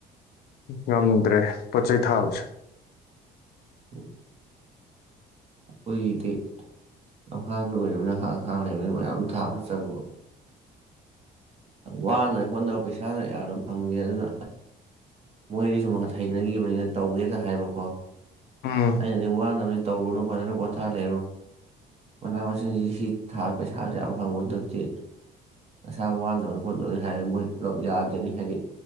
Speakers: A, on the left; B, on the right.
A: ꯉꯝꯗ꯭ꯔꯦ ꯄꯣꯠ ꯆꯩ ꯊꯥꯕꯁꯦ
B: <inaudible> ꯑꯩꯈꯣꯏꯒꯤꯗꯤ ꯂꯝꯈꯥꯡ ꯑꯣꯏꯔꯕꯅꯤꯅ <unintelligible> ꯂꯩꯔꯕꯅꯤꯅ ꯃꯌꯥꯝ ꯊꯥꯕ ꯆꯪꯕ ꯋꯥꯅ ꯍꯣꯠꯅꯔ ꯄꯩꯁꯥꯅ ꯌꯥꯝꯅ ꯐꯪꯗꯦ ꯑꯗꯨꯅ ꯃꯣꯏꯗꯤ ꯁꯨꯝ ꯍꯩꯅꯈꯤꯕꯅꯤꯅ ꯇꯧꯒꯦꯗ ꯍꯥꯏꯕꯀꯣ
A: ꯎꯝ
B: ꯑꯩꯅꯗꯤ ꯋꯥꯅꯕꯅꯤ ꯇꯧꯔꯨꯅꯨ ꯐꯖꯅ ꯄꯣꯊꯥ ꯂꯩꯔꯣ ꯃꯅꯥ ꯃꯁꯤꯡꯁꯤ ꯁꯤ ꯊꯥ ꯄꯩꯁꯥꯁꯨ ꯌꯥꯝ ꯐꯪꯕꯁꯨ ꯅꯠꯇꯦ ꯅꯁꯥ ꯋꯥꯅꯕꯅꯤ ꯈꯣꯠꯅꯕꯅꯤ ꯍꯥꯏꯔꯗꯤ ꯃꯣꯏ ꯄꯨꯂꯞ ꯌꯥꯗꯦꯅꯦ ꯍꯥꯏꯗꯤ